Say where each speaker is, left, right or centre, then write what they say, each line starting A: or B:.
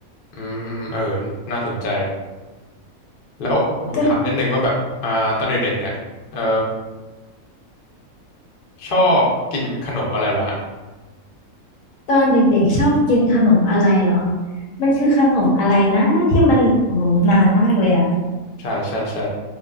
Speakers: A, on the left (about 55°); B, on the left (about 70°).
A: อืมเออน่าสนใจแล้วผมถามนิดนึงว่าแบบอ่าตอนเด็กๆเนี่ยเออ
B: ก็
A: ชอบกินขนมอะไรเหรอฮะ
B: ตอนเด็กๆชอบกินขนมอะไรเหรอมันคือขนมอะไรนะที่มันโอ้โหนานมากเลยอ่ะ
A: ใช่ใช่ใช่